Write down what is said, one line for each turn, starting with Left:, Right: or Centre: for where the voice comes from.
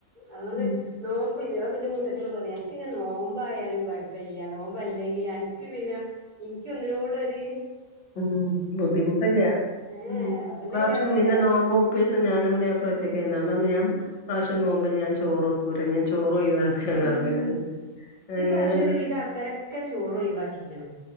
Right: അതൊണ്ട്
Left: ഉം.
Right: നോ- പിന്റെ മുത്തച്ചട് പറയും എനിക്ക്ിന്നെ നോമ്പ ആയാലും കുഴപ്പമില്ല നോമ്പ അല്ലെങ്കിൽ എനക്ക് പിന്നെ എനിക്ക് ഒന്നിനോട് ഒര്
Left: ഉം ബുദ്ധിമുട്ടില്ല
Right: ഏഹ്
Left: ഇ
Right: പിന്നെ
Left: പ്രാശ്യം
Right: പുതിയാപ്ല
Left: മീനെ
Right: പറയാ
Left: നോവുമ്പോ ഉപ്പ ഞാനും പുതിയപ്ലേ ഒറ്റക്കാരുന്ന് പ്പ പറഞ് ഈ പ്രാശ്യം നോമ്പിന് ഞൻ ചോറോക്കൂല്ല ഞാൻ ചോറോ കണ് പറഞ് ന്ന്
Right: ഈ
Left: എങ്ങനെ
Right: പ്രാവശ്യം ഒരു വിധം ആൾക്കാരൊക്കെ ചോറ് ഒഴിവാക്കിക്ക്ണ്